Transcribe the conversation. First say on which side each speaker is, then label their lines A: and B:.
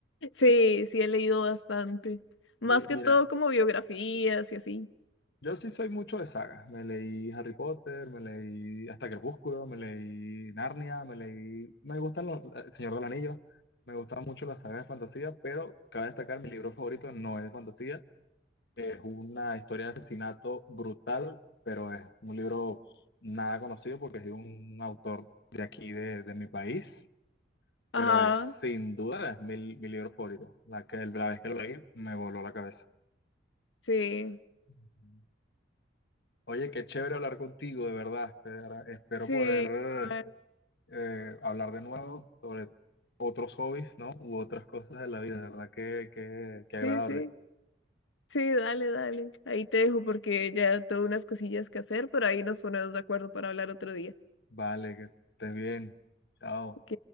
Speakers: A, on the left; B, on the left.
A: Sí, sí, he leído bastante. Más
B: Mi- mira,
A: que todo como biografías y así.
B: yo sí soy mucho de sagas. Me leí Harry Potter, me leí hasta Crepúsculo, me leí Narnia, me leí... Me gustan los... El Señor de los Anillos, me gustan mucho las sagas de fantasía, pero cabe destacar, mi libro favorito no es de fantasía, Es una historia de asesinato brutal, pero es un libro nada conocido porque es de un autor de aquí, de, de mi país,
A: Ajá.
B: pero es sin duda es mi, mi libro favorito. La que, la vez que lo leí me voló la cabeza.
A: Sí,
B: Ujú. Oye, qué chévere hablar contigo, de verdad. Espera- Espero
A: sí,
B: poder
A: ay,
B: eh, hablar de nuevo sobre otros hobbies, ¿no? U otras cosas de la vida, de verdad que, que, que agradable.
A: sí, sí, sí, dale, dale. Ahí te dejo porque ya tengo unas cosillas que hacer, pero ahí nos ponemos de acuerdo para hablar otro día.
B: Vale, que estés bien. Chao.
A: Ok,